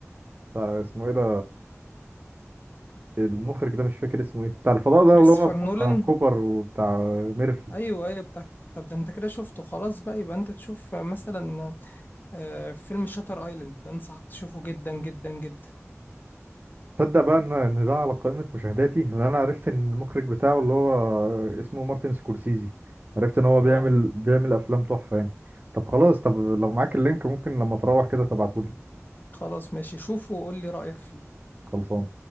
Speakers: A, on the right (about 35°); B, on the left (about 35°).
A: بتاع اسمه ايه ده المخرج ده مش فاكر اسمه ايه بتاع الفضاء ده
B: كريستوفر
A: اللي هو بتاع
B: نولان
A: كوبر وبتاع ميرف
B: ايوه ايوه بتاع طب ده انت كده شفته خلاص بقى يبقى انت تشوف مثلا آه، فيلم شاتر ايلاند ده انصحك تشوفه جدا جدا جدا
A: تصدق بقى ان ان ده على قائمة مشاهداتي لان انا عرفت ان المخرج بتاعه اللي هو اسمه مارتن سكورسيزي عرفت ان هو
B: اه
A: بيعمل بيعمل افلام تحفة يعني طب خلاص طب لو معاك اللينك ممكن لما تروح كده تبعتهولي
B: خلاص ماشي شوفه وقول لي رأيك فيه
A: خلصان